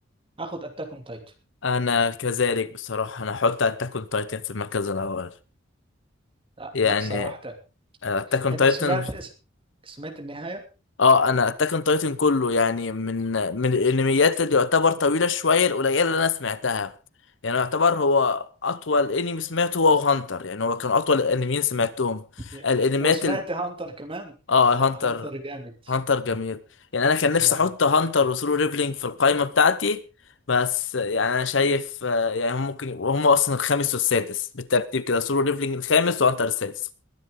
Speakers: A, on the right (about 25°); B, on the left (about 70°).
A: هاخد اتاك اون تايتن
B: انا كذلك بصراحه انا احط اتاك اون تايتن في المركز الاول
A: لا
B: يعني
A: لا صراحة
B: اتاك اون
A: انت
B: تايتن
A: سمعت اس- سمعت النهاية
B: اه انا اتاك اون تايتن كله يعني من من الانميات اللي يعتبر طويله شويه القليله اللي انا سمعتها يعني يعتبر هو اطول انمي سمعته هو هانتر يعني هو كان اطول الانميين سمعتهم
A: يا.
B: الانميات
A: وسمعت
B: ال...
A: هانتر كمان
B: اه
A: لا
B: هانتر
A: هانتر جامد
B: هانتر جميل يعني انا كان نفسي
A: جامد
B: احط هانتر وسولو ليفلينج في القائمه بتاعتي بس يعني انا شايف آه، يعني هم ممكن يبقوا هم اصلا الخامس والسادس بالترتيب كده سولو ليفلينج الخامس وهانتر السادس